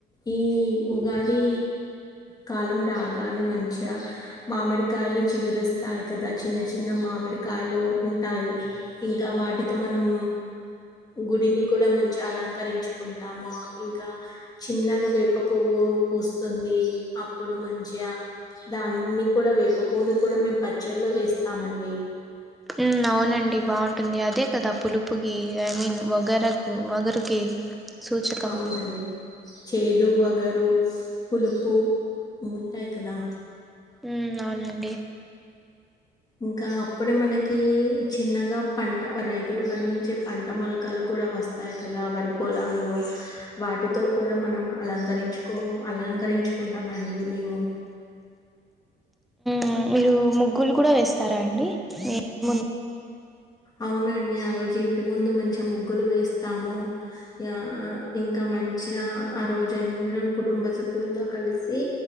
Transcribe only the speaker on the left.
ఈ ఉగాది కాలం రాగానే మంచిగా మామిడికాయలు చిగురుస్తాయి కదా చిన్న చిన్న మామిడి కాయలు ఉంటాయి ఇంకా వాటితో మనం గుడిని కూడా మంచిగా అలంకరించు టాము ఇంకా చిన్నగ వేప పువ్వు పూస్తుంది అప్పుడు మంచిగా అ దాన్ని కూడా వేప పూను కూడా మేము పచ్చలో వేస్తామండి
అవునండి చే దు వగరు పులుపు ఉంటాయి కదా
ఇంకా అప్పుడే మనకి చిన్నగా పంట రైతులు పండించే పంట మొలకలు కూడా వస్తా తాయి కదా వరి పొలంలో వాటితో కూడా మనం అలంకరించుకో అలంకరించుకుంటామండి మేము
అవునండి ఆ రోజు ఇంటి ముందు మంచిఅ ముగ్గులు వేస్తాము అ అ ఇంకా మంచిగా ఆ రోజు అందరం కుటుంబ సభ్యులతో కలిసి